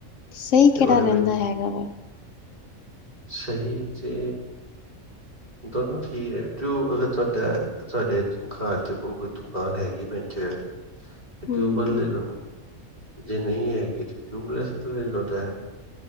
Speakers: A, on the left (about 70°); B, on the right (about 30°).
A: ਸਹੀ
B: ਤੇ
A: ਕਿਹੜਾ
B: ਉਹਦੇ
A: ਰਹਿੰਦਾ
B: ਵਿੱਚ
A: ਹੈਗਾ ਵਾ
B: ਸਹੀ ਤੇ ਦੋਨੋ ਠੀਕ ਹੈ ਟਿਊ ਅਗਰ ਤੁਹਾਡਾ ਤੁਹਾਡੇ ਘਰ ਦੇ ਕੋਲ ਕੋਈ ਦੁਕਾਨ ਹੈਗੀ ਪੈਂਚਰ ਆਲੀ ਤੇ
A: ਹਮ
B: ਟਿਊਬ ਵਾਲਾ ਲੈ ਲੋ ਜੇ ਨਹੀਂ ਹੈਗੀ ਤੇ ਟਿਊਬਲੇੈਸ ਲ ਲੋ ਟਾਇਰ